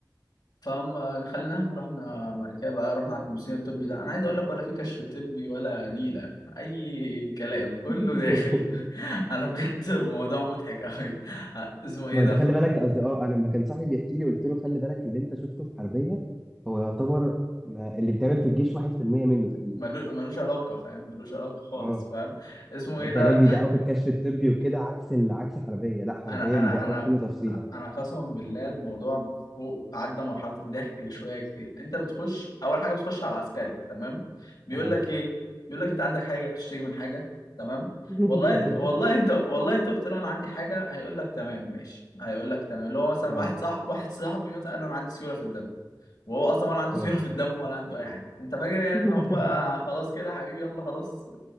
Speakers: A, on the left; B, in the centre.
A: فهم دخلنا رحنا بعد كده بقى رحنا على الكومسيون الطبي ده انا عايز اقول لك ولا في كشف طبي ولا نيله اي كلام كله
B: <laughs>
A: داخل <laughs> انا بجد الموضوع مضحك قوي اسمه ايه
B: ما
A: ده
B: انت
A: ف
B: خلي بالك قصدي اه انا لما كان صاحبي بيحكي لي قلت له خلي بالك اللي انت شفته في حربيه هو يعتبر ما اللي بيتعمل
A: م-
B: في الجيش 1% منه تقريبا
A: ملو- ملوش علاقه فاهم ملوش علاقه خالص
B: اه
A: فاهم اسمه
B: يعني
A: ايه
B: انت
A: ده
B: هناك بيدققوا في الكشف الطبي وكده عكس ال... عكس حربيه لا حربيه
A: انا انا
B: بيدققوا
A: انا
B: في كل تفصيله
A: انا قسما بالله الموضوع فوق عدى مرحله الضحك بشويه كتير انت بتخش اول حاجه بتخش على العسكري تمام بيقول
B: تمام
A: لك ايه بيقول لك انت عندك حاجه بتشتكي من حاجه تمام
B: <laughs>
A: والله والله انت والله انت قلت له انا عندي حاجه هيقول لك تمام ماشي هيقول لك تمام اللي هو مثلا
B: تمام
A: واحد صاحب واحد صاحبي مثلا قال له انا عندي سيوله في الدم وهو اصلا ولا عنده
B: تمام
A: سيوله في الدم ولا عنده اي حاجه انت فاكر يعني
B: <laughs>
A: ان هم خلاص كده يا حبيبي يلا خلاص